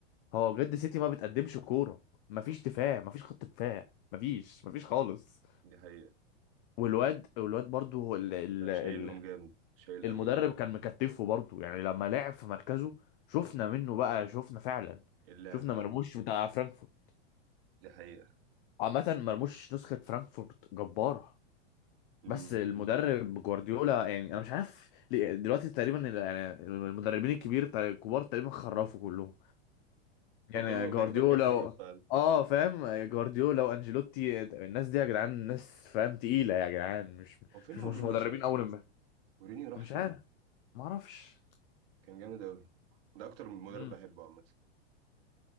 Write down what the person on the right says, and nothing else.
دي حقيقة
لا
شايلهم جامد شايل
قوي قوي يعني
اللعب
بقى
دي حقيقة
امم
فكل ما
بيكبر بيخرف
فعلا
هو فين مورينيو
صحيح
انا نسيت.
مورينيو راح
فين
كان جامد قوي ده اكتر مدرب
بحبه عامة